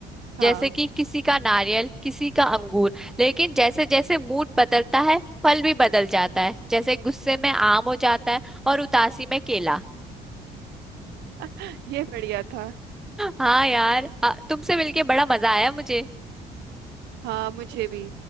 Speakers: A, on the right; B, in the centre.
A: हाँ
B: जैसे कि किसी का नारियल किसी का अंगूर लेकिन जैसे जैसे मूड बदलता है फल भी बदल जाता है जैसे गुस्से में आम हो जाता है और उदासी में केला
A: <laughs> ये बढ़िया था
B: हाँ यार आ, तुमसे मिलके बड़ा मजा आया मुझे
A: हाँ मुझे भी